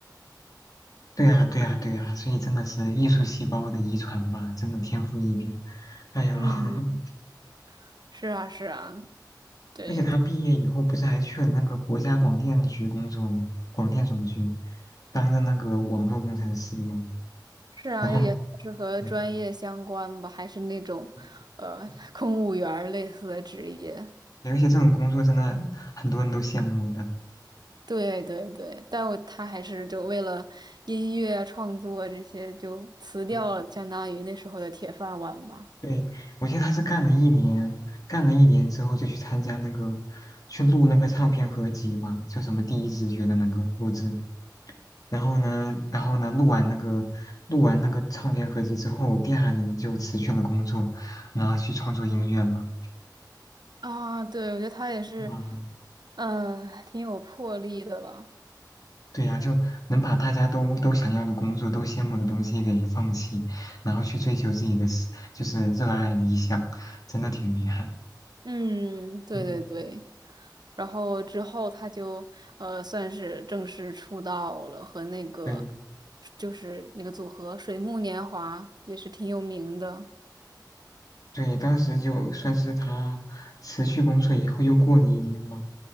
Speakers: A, on the left; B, on the right.
A: 对啊，对啊，对啊，所以真的是艺术细胞的遗传吧，真的天赋异禀。哎呦，
B: 嗯，
A: <laughs>
B: 是啊，是啊，对，
A: 而且他毕业以后不是还去了那个国家广电局工作吗？广电总局，当任那个网络工程师嘛。
B: 是啊，
A: 然后，
B: 也算是和专业相关吧，
A: 对
B: 还是那种，
A: 嗯，
B: 呃，
A: 嗯嗯
B: 公务员儿类似的职业。
A: 而且这种工作真的很多人都羡慕的。
B: 对对对，但我他还是就为了音乐啊创作啊这些就辞掉了，
A: 嗯，
B: 相当于那时候的铁饭碗吧。
A: 对，我记得他是干了一年，干了一年之后就去参加那个，去录那个唱片合集嘛，叫什么《第一直觉》的那个录制。然后呢，然后呢，录完那个录完那个唱片合集之后，第二年就辞去了工作，然后去创作音乐了。
B: 啊，对，我觉得他也是，
A: 哇，
B: 嗯、挺有魄力的吧。
A: 对呀，就能把大家都都想要的工作、都羡慕的东西给放弃，然后去追求自己的事，就是热爱理想，真的挺厉害。
B: 嗯，对对对。
A: 嗯，
B: 然后之后他就呃算是正式出道了，和那个
A: 对
B: 就是那个组合水木年华也是挺有名的。
A: 对，当时就算是他辞去工作以后，又过了一年嘛，